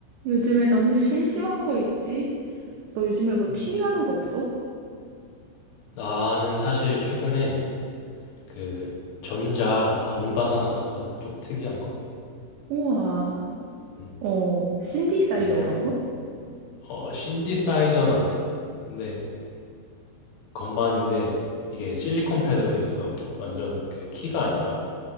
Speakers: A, on the right (about 90°); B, on the left (about 70°).
A: 요즘에 너무 심심한 거 있지? 너 요즘에 뭐
B: 음.
A: 취미 하는 거 없어?
B: 나는 사실 최근에 그 전자 건반 하나 샀거든. 좀 특이한 거.
A: 우와.
B: 음.
A: 어, 신디사이저
B: 그래서
A: 이런
B: 이-
A: 거?
B: 어 신디사이저는 아니야. 근데 건반인데 이게 실리콘 패드로 돼 있어. 완전 그 키가 아니라.